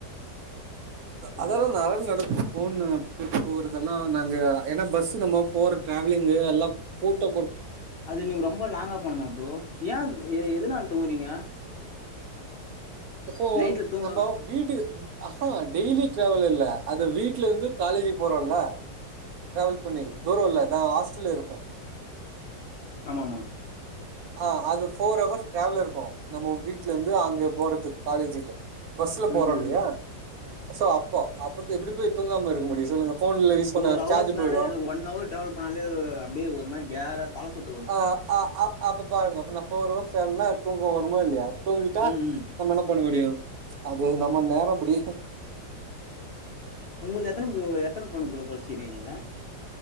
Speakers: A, on the left; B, on the right.
A: பரவால்ல
B: அதல்லா நெறய நடக்கு ஃபோனு போறதெல்லா நாங்க ஏன்னா பஸ்ஸு நம்ம போற ட்ராவலிங்கு எல்லா கூட்டோ
A: அது நீங்க ரொம்ப லாங்கா போனுமா ப்ரோ ஏன் எதுனால தூங்கறீங்க
B: இப்போ
A: நைட்ல தூங்க
B: நம்போ வீட்டுக் அஹ்ஹா டெய்லி ட்ராவல் இல்ல அது வீட்ல இருந்து காலேஜி போறோல்ல டிராவல் பண்ணி தூரோ இல்ல நா ஹாஸ்டல்ல இருப்ப
A: ஆமாமா
B: ஆஹ் அது ஃபோர் ஹவர்ஸ் ட்ராவல் இருக்கு நம்ம வீட்ல இருந்து அங்கே போறதுக் காலேஜிக்கு பஸ்ல போறோ
A: ம் ம்
B: இல்லையா சோ அப்போ அப்பத்த எப்டி போய் தூங்காமா இருக்க முடியு சொல்லுங்க ஃபோன்ல யூஸ்
A: ஃபோர்
B: பண்ண
A: ஹவர்ஸ்னாலே
B: சார்ஜ் போயிடு
A: எனக்கு ஒன் அவர் ட்ராவல் பண்ணாலே அப்டே ஒரு மாரி கேர்ரா தல சுத்
B: ஆஹ் அஹ் அஹ் அப்ப பாருங்க அப்ப நா ஃபோர் அவர்ஸ் ட்ராவல்ன்னா தூக்கோ வருமா இல்லையா தூங்கிட்டா
A: ம் ம்
B: நம்ப என்ன பண்ண முடியு அது நம்ம நேரோ அப்டி
A: உங்ளுது எத்தன ப்ரோ எத்தன ஃபோனு ப்ரோ தொலைச்சிக்றிங்க நீங்க